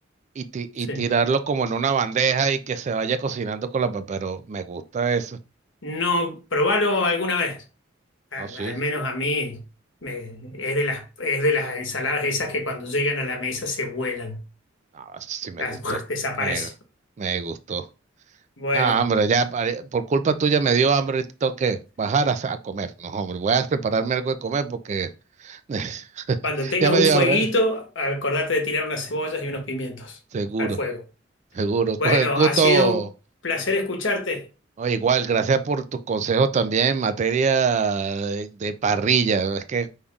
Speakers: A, on the right (about 35°); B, on the left (about 70°).
A: y, ti- y
B: Sí.
A: tirarlo como en una bandeja y que se vaya cocinando con la... pa- Pero me gusta eso.
B: No, probalo alguna vez. Al,
A: Ah, sí.
B: al menos a mí me- es de las, es de las ensaladas esas que cuando llegan a la mesa se vuelan,
A: Ah, eso sí me
B: Las-
A: gustó.
B: <laughs> desaparece.
A: Me, me gustó.
B: Bueno.
A: Ah, hombre, ya pare- por culpa tuya me dio hambre y tengo que bajar a, a comer. No, hombre, voy a prepararme algo de comer porque <laughs>
B: Cuando tengas
A: ya me
B: un
A: dio
B: fueguito,
A: hambre. ¿eh?
B: acordate de tirar unas cebollas y unos pimientos
A: Seguro,
B: al fuego.
A: seguro.
B: Bueno,
A: Con el gusto.
B: ha sido un placer escucharte.
A: Oh, igual, gracias por tus consejos también en materia de, de parrilla. Es que